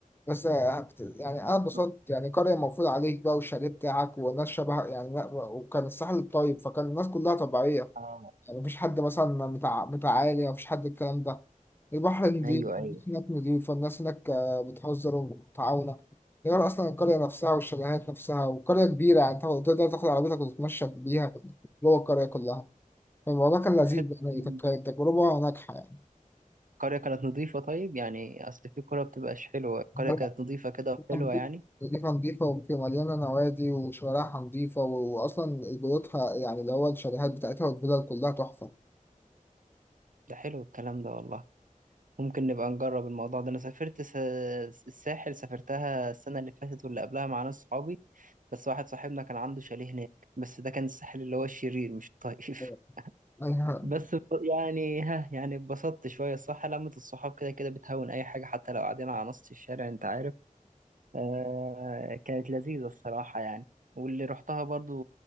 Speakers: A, on the left; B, on the right.
A: بس آه، بت- يعني انا اتبسطت
B: آه،
A: يعني قريه مفروض عليك بقى والشاليه بتاعك والناس شبه يعني لا، وكان الساحل طيب فكان الناس كلها طبيعيه
B: آه.
A: يعني مفيش حد مثلا متع... متعالي مفيش حد الكلام ده البحر نضيف
B: أيوه
A: الناس
B: أيوه
A: هناك نضيفة الناس هناك آه، بتهزر ومتعاونة غير أصلا القرية نفسها والشاليهات نفسها وقرية كبيرة يعني تاخد- تقدر تاخد عربيتك وتتمشى بيها جوه القرية كلها فالموضوع كان لذيذ
B: حلو
A: يعني كانت كانت تجربة ناجحة يعني
B: القرية كانت نظيفة طيب يعني أصل في كرة بتبقاش حلوة القرية
A: لا،
B: كانت نظيفة كده وحلوة
A: نضيفة
B: يعني
A: نضيفة نضيفة، وفي مليانة نوادي وشوارعها نضيفة وأصلا بيوتها يعني اللي هو الشاليهات بتاعتها والفيلل كلها تحفة
B: ده حلو الكلام ده والله ممكن نبقى نجرب الموضوع ده أنا سافرت س... الساحل سافرتها السنة اللي فاتت واللي قبلها مع ناس صحابي بس واحد صاحبنا كان عنده شاليه هناك بس ده كان الساحل اللي هو الشرير مش الطيف
A: <laughs>
B: <laughs>
A: أيوة.
B: بس ب- يعني ها يعني اتبسطت شوية الصح لمة الصحاب كده كده بتهون أي حاجة حتى لو قاعدين على نص الشارع أنت عارف آه كانت لذيذة الصراحة يعني واللي رحتها برضو